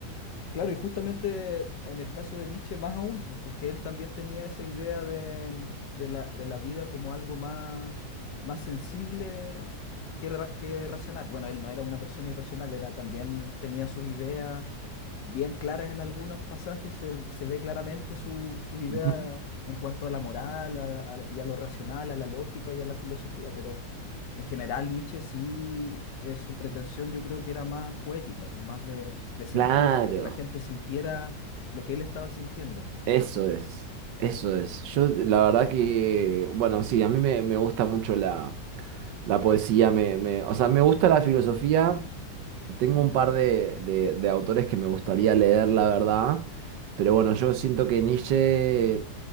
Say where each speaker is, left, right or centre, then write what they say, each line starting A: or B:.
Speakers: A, on the left (about 85°); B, on the right (about 85°).
A: Claro, y justamente en el caso de Nietzsche más aún, pues, porque él también tenía esa idea de, mm, de la, de la vida como algo más, más sensible que, ra- que racional. Bueno, él no era una persona irracional, era también tenía sus ideas bien claras en algunos pasajes, se, se ve claramente su, su idea
B: Ujú.
A: en cuanto a la moral a- a- y a lo racional, a la lógica y a la filosofía, pero En general, Nietzsche sí, eh, su pretensión yo creo que era más poética, pues, más de, de sentir,
B: Claro,
A: de que la gente sintiera lo que él estaba sintiendo.
B: eso es, eso es. Yo la verdad que, bueno, sí, a mí me, me gusta mucho la... La poesía me, me- o sea, me gusta la filosofía. Tengo un par de, de- de autores que me gustaría leer, la verdad. Pero bueno, yo siento que Nietzsche,